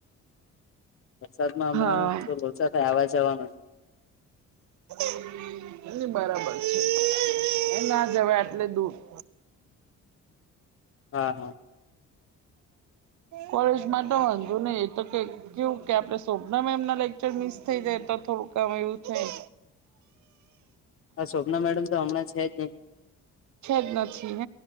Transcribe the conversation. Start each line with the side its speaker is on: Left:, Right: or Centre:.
Left: વરસાદ માં હમણાં
Right: હા
Left: તો લોચા થાય આવા જવા ના
Right: <inaudible> એ ની બરાબર છે એ ના જવાએ એટલે દૂર <inaudible>
Left: હા-હા.
Right: કોલેજ માટે વાંધુ નહી એ તો કઈ કેવું કે આપડે શોભના મેમના લેક્ચર મિસ થઈ જાય તો થોડું ક આમ એવું થાય
Left: આ શોભના મેડમ તો હમણાં છે જ ની
Right: છે જ નથી હ